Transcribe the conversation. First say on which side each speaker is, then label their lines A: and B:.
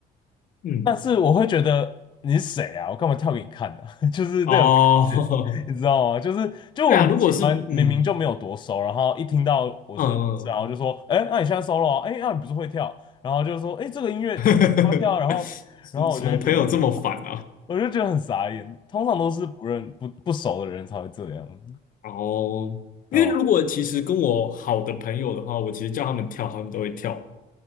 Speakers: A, on the left; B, on the left.
A: 嗯，
B: 但是我会觉得你是谁啊？我干嘛跳给你看呢、<laughs> 就是那种感觉，
A: 哦，
B: 你知道吗？就是就我很不喜欢，
A: <laughs> 对啊，如果是嗯
B: 明明就没有多熟，然后一听到我是，
A: 嗯嗯，
B: 然后就说，哎，那你现在 solo 啊？哎，那你不是会跳？然后就说，哎，这个音乐好跳啊，
A: 嗯
B: 然后然后我就会觉得。
A: <laughs> 是什么朋友这么烦啊
B: 我就觉得很傻眼，通常都是不认不不熟的人才会这样，
A: 哦，
B: 对吧？
A: 因为如果其实跟我好的朋友的话，我其实叫他们跳，他们都会跳。